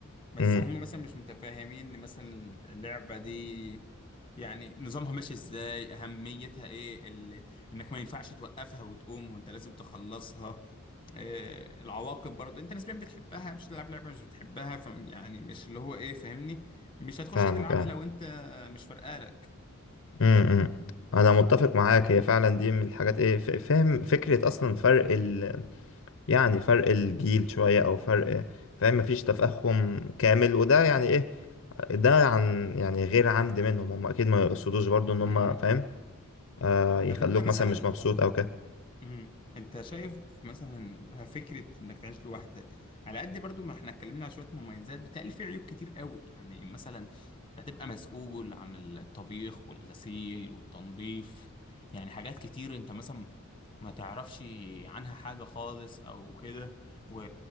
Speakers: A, on the left; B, on the left.
A: بس
B: امم
A: هم مثلا مش متفاهمين ان مثلا اللعبة دي يعني نظامها ماشي ازاي اهميتها ايه ال... انك ما ينفعش توقفها وتقوم وانت لازم تخلصها آه العواقب برضه انت نسبيا بتحبها مش تلعب لعبة مش بتحبها ف... يعني مش اللي هو ايه فاهمني مش هتخش
B: فاهمك
A: تلعبها
B: ايوه
A: لو انت مش فارقالك
B: امم إمم. انا متفق معاك هي فعلا دي من الحاجات ايه ف- فاهم فكرة اصلا فرق ال يعني فرق الجيل شوية او فرق فاهم مفيش تفاهم كامل وده يعني ايه ده عن يعني غير عمد منهم هم اكيد ما يقصدوش برضو ان هم
A: امم
B: فاهم آه يخلوك
A: طب انت مثلا
B: مثلا مش مبسوط او كده
A: مم. انت شايف مثلا فكره انك تعيش لوحدك على قد برضو ما احنا اتكلمنا على شويه مميزات بتقل في عيوب كتير قوي يعني مثلا انت هتبقى مسؤول عن الطبيخ والغسيل والتنظيف يعني حاجات كتير انت مثلا ما تعرفش عنها حاجه خالص او كده و...